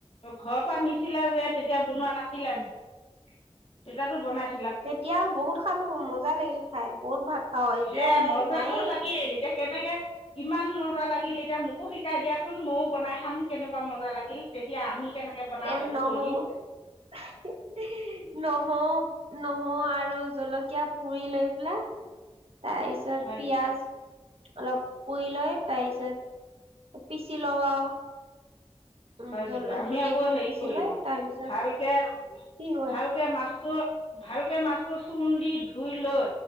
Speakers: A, on the left; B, on the right.
A: ঘৰৰ পৰা নিছিলা যে তেতিয়া বনোৱা নাছিলা নেকি? তেতাতো বনাইছ
B: তেতিয়া আৰু বহুত খালো মজা লাগিল খাই। বহুত ভাত খাওঁ এতিয়া
A: হে মজাটো
B: নায়ে
A: লাগিল। এতিয়া কেনেকে ইমান মজা লাগিল এতিয়া মোকো শিকাই দিয়াচোন ময়ো বনাই খাম কেনেকুৱা মজা লাগিল। তেতিয়া আমি কেনেকৈ বনাওঁ
B: এ
A: সেইটো
B: নহ-নহ,
A: কৈ দিম
B: নহৰু আৰু জলকীয়া পুৰি লৈ পেলাই, তাৰ পিছত
A: হয়
B: পিয়াজ
A: নেকি
B: অলপ পুই লৈ তাৰপিছত পিচি লওঁ আৰু। উম
A: হয়,
B: জল
A: নেকি আমি
B: গোটেইখিনি
A: আকৌ হেৰি
B: পিচি
A: কৰি
B: লৈ
A: লওঁ
B: তাৰপিছত
A: ভালকে-ভালকে
B: কি হয়
A: মাছ ভালকে মাছটো চূণ দি ধুই লৈ